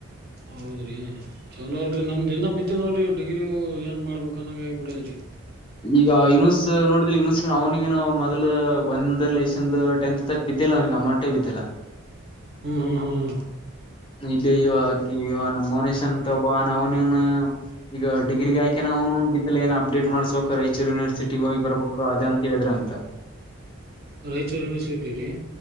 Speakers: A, on the right; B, on the left.
A: ಹೌದ್ರಿ ಚಲೋ ಅಲ್ರಿ ನಮ್ದ ದಿನ ಬಿದ್ದ ಇ ನೋಡ್ರಿ ಡಿಗ್ರಿ ಏನ್ ಮಾಡ್ಬೇಕು ಅನ್ನಂಗ ಹೇಗ್ಬ ಬಿಡದ್ರಿ
B: ಈಗ ಇನೂಸ್ ನೋಡಿದ್ರಿ ಇನೂಸ್ ಅವ್ನಿಗ ಮೊದಲು ಒಂದ್ ಲೆಷನ್ ಟೆಂತ್ ತಕ್ ಬಿದ್ಯಲ್ಲ. ನಿಗೆ ಅಮೌಂಟೇ ಬಿದ್ದಲ್ಲ.
A: ಹ್ಮ್ ಹ್ಮ್ ಹ್ಮ್ ಹ್ಮ
B: ಇಲ್ಲ ಇವಾಕಿ ಇವ ನ ಮೋನೇಶ್ನಂತ ಭನ್ ಅವನನು ಈಗ ಡಿಗ್ರಿಗ ಆಯಕ ನ ಅವನುನ್ ಬಿದ್ದೆ ಏನ ಅಪ್ಡೇಟ್ ಮಾಡಸ್ಬೇಕು ರಾಯಚೂರು ಯೂನಿವರ್ಿಟಿಿಗೆ ಹೋಗಿ ಬರ್ಬೇಕು ಅದ ಅಂತ ಹೇಳ್ರ ಅಂತ
A: ರೈಚೂರಿನ್ನು ಶೇಟಿ ರೀ